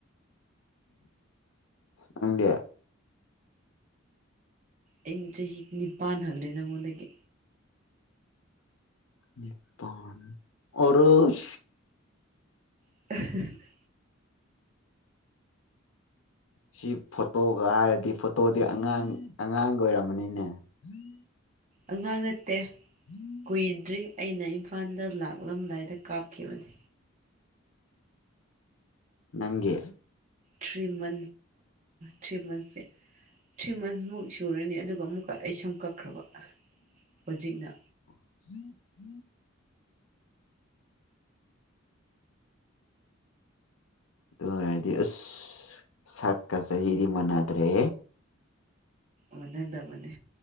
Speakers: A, on the left; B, on the right.
A: ꯅꯪꯗꯤ
B: ꯑꯩꯅ ꯆꯍꯤ ꯅꯤꯄꯥꯟ ꯍꯜꯂꯦ ꯅꯪꯉꯣꯟꯗꯒꯤ
A: ꯅꯤꯄꯥꯟ ꯑꯣꯏ
B: <unintelligible>
A: ꯁꯤ ꯐꯣꯇꯣꯒ ꯍꯥꯏꯔꯗꯤ ꯐꯣꯇꯣꯗꯤ ꯑꯉꯥꯡ ꯑꯉꯥꯡ ꯒ ꯑꯣꯏꯔꯝꯒꯅꯤꯅꯦ <unintelligible>
B: ꯑꯉꯥꯡ ꯅꯠꯇꯦ
A: ꯎꯝ
B: ꯀꯨꯏꯗ꯭ꯔꯤ ꯑꯩꯅ ꯏꯝꯐꯥꯜꯗ ꯂꯥꯛꯂꯝꯗꯥꯏꯗ ꯀꯥꯞꯈꯤꯕꯅꯦ
A: ꯅꯪꯒꯦ
B: ꯊ꯭ꯔꯤ ꯃ ꯊ꯭ꯔꯤ ꯃꯟ ꯊ꯭ꯔꯤ ꯃꯟ ꯨ ꯁꯨꯔꯅꯤ ꯑꯗꯨꯒ ꯑꯃꯨꯛꯀ ꯑꯩ ꯁꯨꯝ ꯀꯛꯈ꯭ꯔꯕ ꯍꯧꯖꯤꯛꯅ
A: <inaudible> ꯑꯗꯨ ꯑꯣꯏꯔꯗꯤ ꯑꯁ ꯁꯛꯀ ꯆꯍꯤꯗꯤ ꯃꯥꯟꯅꯗ꯭ꯔꯦ
B: ꯃꯅꯗꯕꯅꯦ